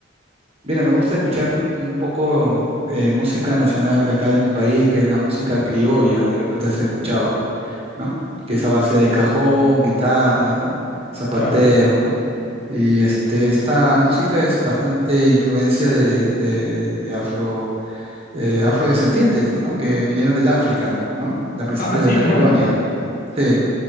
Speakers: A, on the right (about 30°); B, on the left (about 50°).
A: Mira, me gusta escuchar un, un poco eh, música nacional de acá de mi país, que es la música criolla, de repente has escuchado, ¿no? Que es a base de cajón, guitarra, ¿no? Zapateo,
B: Claro.
A: ¿no? Y este, esta música es bastante influencia de, de- de afro, eh, afrodescendientes, ¿no? Que vinieron del África, ¿no? A principios
B: Ah, sí,
A: de la
B: mirá.
A: colonia. Sí.